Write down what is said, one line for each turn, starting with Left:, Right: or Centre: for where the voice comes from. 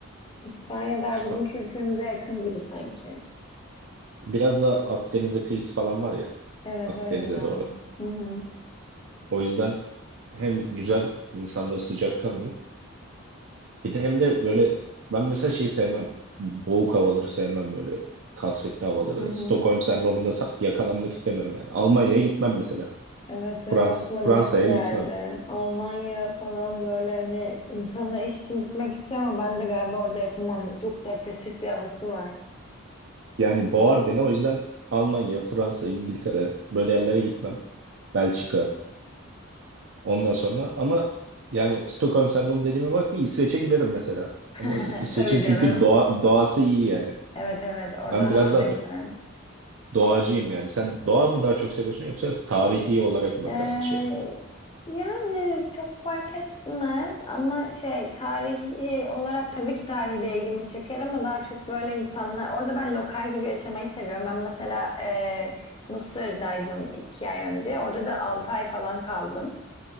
Left: İspanya daha
Right: İspa-
Left: bizim kültürümüze yakın gibi sanki.
Right: Biraz da Akdeniz'e kıyısı falan var ya
Left: Evet,
Right: Akdeniz'e
Left: o yüzden.
Right: doğru.
Left: Hı hı,
Right: O yüzden hem güzel insanları sıcakkanlı Bir de hem de böyle ben mesela şeyi sevmem. Boğuk havaları sevmem böyle. Kasvetli havaları.
Left: hı hı.
Right: Stockholm sendromunda sa- yakalanmak istemiyorum yani. Almanya'ya gitmem mesela.
Left: Evet
Right: Fransa
Left: benim de aklıma
Right: Fransa'ya
Left: direkt o geldi.
Right: gitmem.
Left: Almanya falan böyle hani insanlar iş için gitmek istiyor ama ben de galiba orada yapamam. Çok depresif bir havası var.
Right: Yani boğar beni o yüzden Almanya, Fransa, İngiltere böyle yerlere gitmem. Belçika ondan sonra ama yani Stockholm sendromu dediğime bakma İsveç'e giderim mesela.
Left: <laughs>
Right: Ama İ- İsveç'in
Left: Tabii
Right: çünkü
Left: canım.
Right: doğa, doğası iyi yani.
Left: Evet evet orada
Right: Ben biraz
Left: hava
Right: daha
Left: da
Right: do-
Left: güzel.
Right: doğacıyım yani. Sen doğa mı daha çok seviyorsun yoksa tarihi olarak mı bakarsın
Left: Ee,
Right: şehre?
Left: yani çok fark etmez ama şey tarihi olarak tabii ki tarihi de ilgimi çeker ama daha çok böyle insanlar orada ben lokal gibi yaşamayı seviyorum. Ben mesela e, Mısır'daydım iki ay önce. Orada da altı ay falan kaldım.